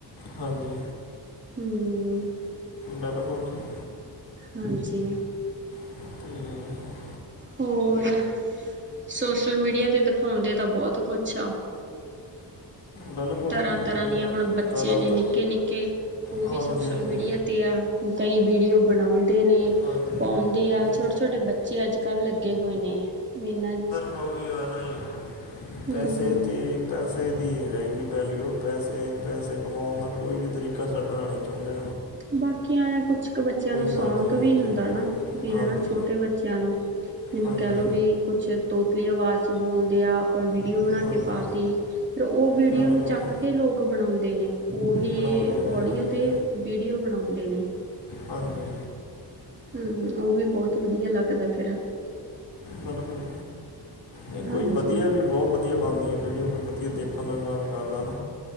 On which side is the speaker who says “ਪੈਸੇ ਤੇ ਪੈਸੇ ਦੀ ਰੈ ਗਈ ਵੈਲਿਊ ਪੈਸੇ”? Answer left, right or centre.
Left